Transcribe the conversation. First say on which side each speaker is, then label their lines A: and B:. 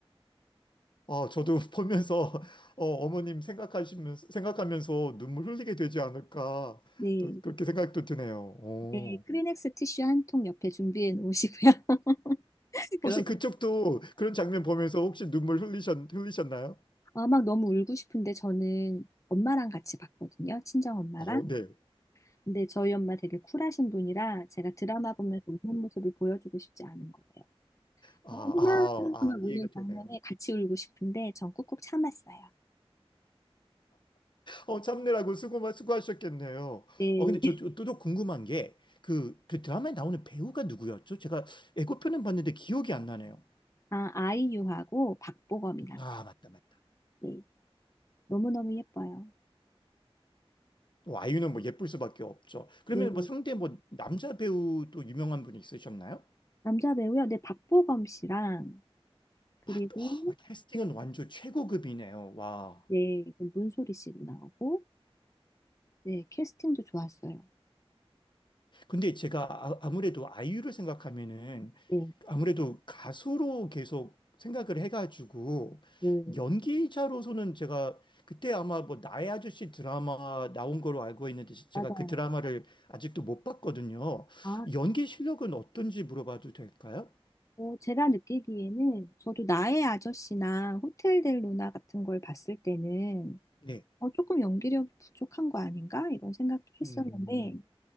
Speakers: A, on the left; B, on the left.
A: 어, 저도 <laughs> 보면서 어, 어머님 생각하시면서 생각하면서 눈물 흘리게 되지 않을까
B: 네.
A: 또 그렇게 생각도 드네요. 어.
B: 네, 크리넥스 티슈 한 통 옆에 준비해 놓으시고요. <laughs> 그러고
A: 혹시 그쪽도 그런 장면 보면서 혹시 눈물 흘리셨 흘리셨나요?
B: 아, 막 너무 울고 싶은데 저는 엄마랑 같이 봤거든요. 친정 엄마랑.
A: 어, 네.
B: 근데 저희 엄마 되게 쿨하신 분이라 제가 드라마 보면서 우는 모습을 보여주고 싶지 않은 거예요.
A: 아,
B: 어, 엄마
A: 아,
B: 하고
A: 아, 이해가
B: 우는
A: 되네요.
B: 장면에 같이 울고 싶은데 전 꾹꾹 참았어요.
A: 어, 참느라고 수고 수고하셨겠네요.
B: 네.
A: 어, 근데 저또 궁금한 게 그 그 드라마에 나오는 배우가 누구였죠? 제가 예고편은 봤는데 기억이 안 나네요.
B: 아, 아이유하고 박보검이 나와요.
A: 아, 맞다, 맞다.
B: 네. 너무너무 예뻐요.
A: 또 아이유는 뭐 예쁠 수밖에 없죠. 그러면
B: 네.
A: 뭐 상대 뭐 남자 배우 또 유명한 분이 있으셨나요?
B: 남자 배우요. 네, 박보검 씨랑 그리고
A: 아, 와, 또- 와, 캐스팅은 완전 최고급이네요. 와.
B: 네, 그럼 문소리 씨도 나오고, 네, 캐스팅도 좋았어요.
A: 근데 제가 아, 아무래도 아이유를 생각하면은
B: 네,
A: 아무래도 가수로 계속 생각을 해가지고
B: 네,
A: 연기자로서는 제가 그때 아마 뭐 나의 아저씨 드라마 나온 걸로 알고 있는데 제가
B: 맞아요.
A: 그 드라마를 아직도 못 봤거든요.
B: 아,
A: 연기 실력은 어떤지 물어봐도 될까요?
B: 또 제가 느끼기에는 저도 나의 아저씨나 호텔 델 루나 같은 걸 봤을 때는
A: 네.
B: 어, 조금 연기력이 부족한 거 아닌가? 이런 생각도 했었는데,
A: 음,